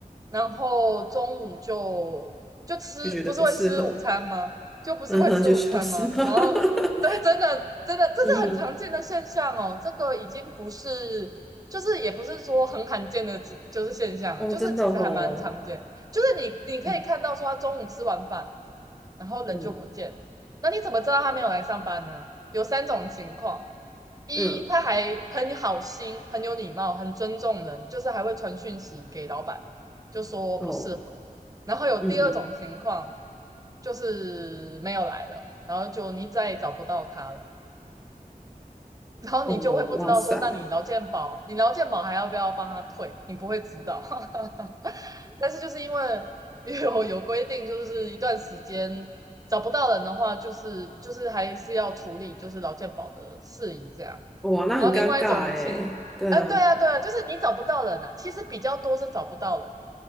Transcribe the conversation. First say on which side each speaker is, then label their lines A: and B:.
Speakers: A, on the right; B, in the centre.
A: 然后中午就就吃，
B: 就觉得不适合，
A: 不是会吃午餐吗？就不是会吃午餐吗？
B: 嗯哼，就消失吧。
A: 然后对，
B: <laughs>
A: 真的真的，这是很常见的现象哦。
B: 嗯哼，
A: 这个已经不是，就是也不是说很罕见的，就是现象了，
B: 哦，
A: 就是其实还蛮常见。
B: 真的哦，
A: 就是你你可以看到说，
B: 嗯
A: 他中午吃完饭，然后人就不见。
B: 嗯
A: 那你怎么知道他没有来上班呢？有三种情况：一，
B: 嗯，
A: 他还很好心、很有礼貌、很尊重人，就是还会传讯息给老板，就说不适合。
B: 哦，
A: 然后有第二种情况，
B: 嗯嗯，
A: 就是没有来了，然后就你再也找不到他了，然后你就会不知道说，
B: 哦，哇塞，
A: 那你劳健保，你劳健保还要不要帮他退？你不会知道。<laughs> 但是就是因为 <laughs> 有有规定，就是一段时间找不到人的话，就是就是还是要处理就是劳健保的事宜这样。
B: 哇，那很尴尬哎。
A: 然后另外一种情，
B: 对啊，
A: 呃，对啊，对啊，就是你找不到人啊，其实比较多是找不到人。